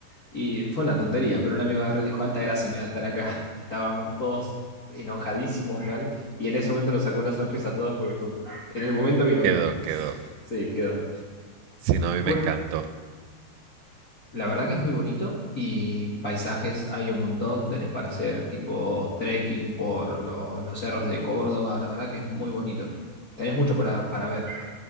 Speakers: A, on the left; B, on the right.
A: Y fue una tontería, pero un amigo agarró y dijo, Altagracia me da estar acá. <laughs> Y estábamos todos enojadísimos mal y en ese momento nos sacó una sonrisa a todos porque fue, en el momento vino
B: Quedó,
A: bien.
B: quedó.
A: Sí, quedó.
B: Sí, no, a mí
A: Bueno,
B: me encantó.
A: la verdad que es muy bonito y paisajes hay un montón, tenés para hacer tipo trekking por lo- los cerros de Córdoba, la verdad que es muy bonito. Tenés mucho para, para ver.